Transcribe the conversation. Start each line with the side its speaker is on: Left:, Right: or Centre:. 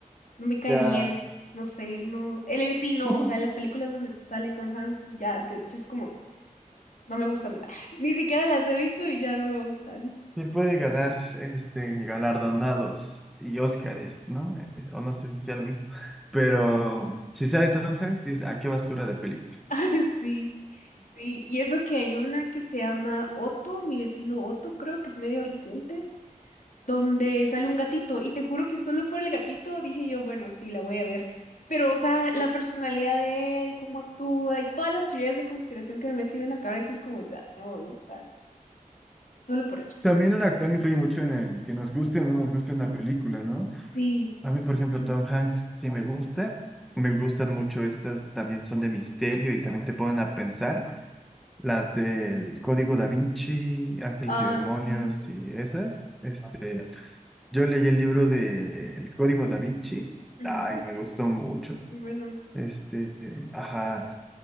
Left: no me cae
Centre: Ya.
Left: bien. No sé, él no, él en sí no,
Centre: <laughs>
Left: o sea, las películas donde sale Tom Hanks ya, te- yo es como, no me gustan. <laughs> Ni siquiera las he visto y ya no me gustan.
Centre: se puede ganar este galardonados y Óscares, ¿no? Eh, O no sé si sea lo mismo. Pero si sale Tom Hanks, dice, ¿a qué basura de película?
Left: <laughs> Sí, sí. Y eso que hay una que se llama Otto, mi vecino Otto, creo que es medio reciente. donde sale un gatito y te juro que solo por el gatito dije yo, bueno, sí, la voy a ver. Pero, o sea, la personalidad de él, cómo actúa y todas las teorías de conspiración que me metí en la cabeza es como, ya, no me gusta. Solo por eso.
Centre: También un actor influye mucho en el que nos guste o no nos guste una película, ¿no?
Left: Sí.
Centre: A mí, por ejemplo,
Left: <clears throat>
Centre: Tom Hanks sí me gusta. Me gustan mucho estas, también son de misterio y también te ponen a pensar. Las del Código Da Vinci, Ángeles
Left: Ah,
Centre: y Demonios
Left: sí.
Centre: y esas. Este, yo leí el libro de El Código Da Vinci.
Left: Ujú.
Centre: Ay, me gustó mucho.
Left: Bueno,
Centre: Este, ajá.